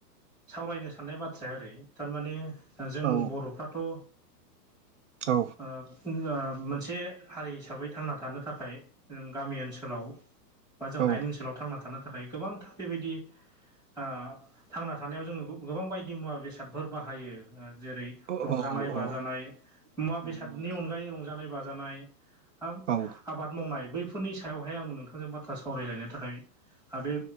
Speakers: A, in the centre; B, on the right.
A: सावरायनो साननाय बाथ्राया ओरै थारमाने दा जों
B: औ
A: बर'फ्राथ'
B: औ
A: ओ फुंजा मोनसे हारि हिसाबै थांना थानो थाखाय जों गामि ओनसोलाव बा जों
B: औ
A: हायेन ओनसोलाव थांना थानो थाखाय गोबांथार बेबायदि ओ थांना थानायाव जोङो गो गोबां बायदि मुवा बेसादफोर बाहायो। ओ जेरै
B: औ
A: रंजानाय
B: औ
A: बाजानाय।
B: औ
A: मुवा
B: नंगौ
A: बेसादनि
B: नोंथां
A: अनगायै रंजानाय बाजानाय हा
B: औ
A: आबाद मावनाय बैफोरनि सायावहाय आं नोंथांजों बाथ्रा सावरायलायनो थाखाय हा बे